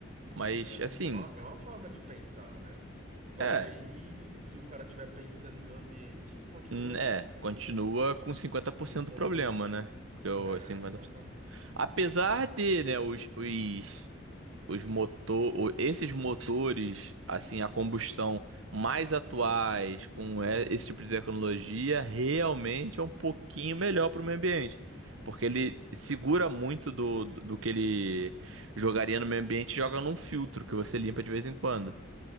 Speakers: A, on the right (about 80°); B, on the right (about 40°).
A: Mas,
B: é.
A: assim,
B: É uma, é uma forma de pensar, né? Só
A: é.
B: que aí, se o cara estiver pensando em meio ambiente, continua
A: Hum, É, continua
B: com,
A: com cinquenta por
B: com
A: cento
B: combustível.
A: do problema, né? Porque o
B: É,
A: 50%.
B: exatamente.
A: Apesar de, né, os, os, os motor, o- esses motores, assim, a combustão mais atuais, com e- esse tipo de tecnologia, realmente é um pouquinho melhor para o meio ambiente. Porque ele segura muito do, do, do que ele jogaria no meio ambiente e joga num filtro que você limpa de vez em quando.